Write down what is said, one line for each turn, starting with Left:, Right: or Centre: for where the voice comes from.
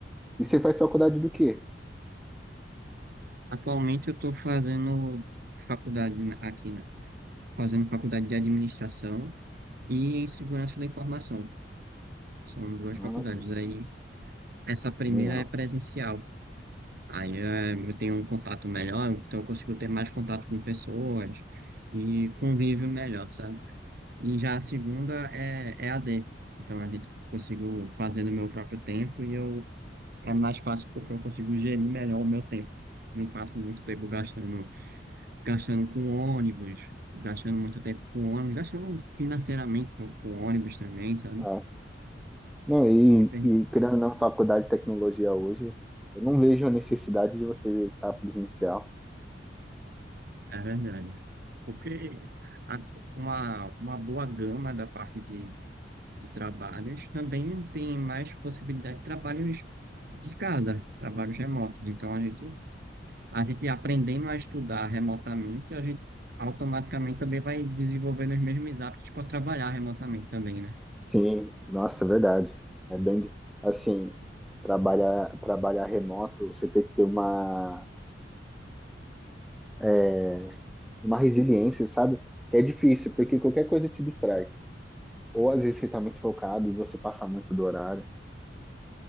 Centre: e você faz faculdade do quê?
Right: Atualmente eu tô fazendo faculdade na- aqui, né? Fazendo faculdade de administração e em segurança da informação. São duas
Centre: Ah,
Right: faculdades.
Centre: que,
Right: Aí, essa primeira
Centre: que legal.
Right: é presencial. Aí eh, eu tenho um contato melhor, então eu consigo ter mais contato com pessoas e convívio melhor, sabe? E já a segunda é é a D Então a gente consigo fazer no meu próprio tempo e eu é mais fácil porque eu consigo gerir melhor o meu tempo. Não passo muito tempo gastando, gastando com ônibus, gastando muito tempo com ônibus, gastando financeiramente com ônibus também, sabe?
Centre: Ah, não, e,
Right: Me permite
Centre: e criando na faculdade de tecnologia hoje, eu não vejo a necessidade de você estar presencial.
Right: É verdade. Porque a- uma, uma boa gama da parte de, de trabalhos também tem mais possibilidade de trabalhos de casa, trabalhos remotos. Então, a gente, a gente aprendendo a estudar remotamente, a gente automaticamente também vai desenvolvendo os mesmos hábitos para trabalhar remotamente também, né?
Centre: Sim, nossa, é verdade. É bem assim, trabalhar, trabalhar remoto, você tem que ter uma é, uma resiliência, sabe? Que é difícil, porque qualquer coisa te distrai. Ou às vezes você está muito focado e você passa muito do horário.